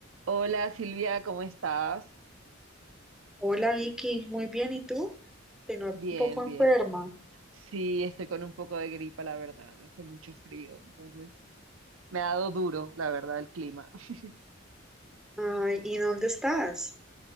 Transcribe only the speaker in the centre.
Hola Vicky, muy bien, ¿y tú? Te noto
un poco
enferma.
Ay, ¿y dónde estás?